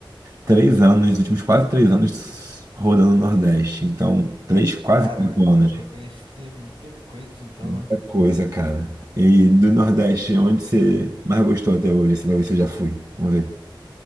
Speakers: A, on the right (about 45°); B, on the right (about 75°).
A: três anos, os últimos quase três anos rodando o Nordeste. Então, três, quase
B: Cara,
A: quatro anos.
B: deu pra conhecer muita coisa então,
A: Muita
B: né?
A: coisa, cara. E do Nordeste, onde você mais gostou até hoje? Assim, vai ver se eu já fui. Vamos ver.